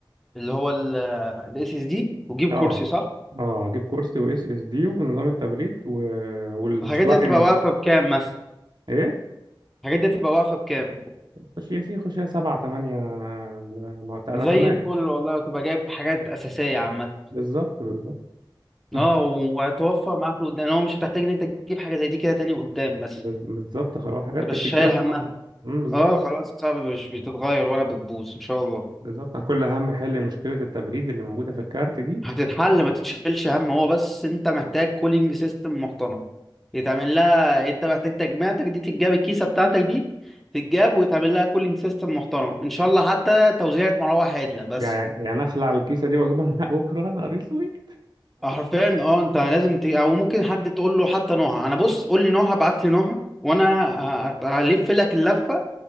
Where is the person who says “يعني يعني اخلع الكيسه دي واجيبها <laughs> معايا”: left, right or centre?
Right